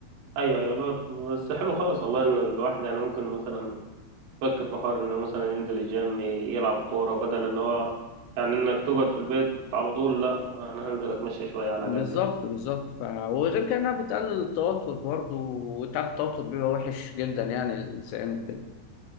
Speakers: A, on the right; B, on the left.
A: ايوه ايوه لا بس حلو خالص والله ان الواحد يعني ممكن مثلا يفكر في حوار انه مثلا ينزل الجيم يلعب كورة بدل اللي هو يعني انك تقعد في البيت على طول لا انا هنزل اتمشى شوية على
B: بالظبط
A: الاقل يعني
B: بالظبط ف... وغير كده انها بتقلل التوتر برضه وتعب التوتر بيبقى وحش جدا يعني الانسان وكده